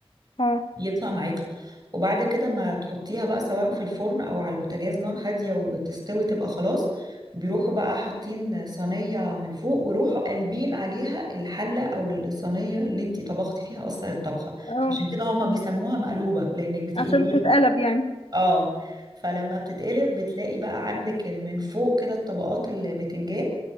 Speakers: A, on the left (about 70°); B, on the right (about 45°).
A: اه
B: يطلع معاكي وبعد كده ما تحطيها بقى سواء في الفرن أو على البوتاجاز نار هادية وتستوي تبقى خلاص بيروحوا بقى حاطين صينية من فوق ويروحوا قلبين عليها الحلة أو الصينية اللي انتي طبختي فيها أصلا الطبخة
A: اه
B: فعشان كده هما بيسموها مقلوبة لأنك بتقلبيها
A: عشان بتتقلب يعني
B: اه فلما بتتقلب بتلاقي بقى عندك من فوق كده الطبقات البتنجان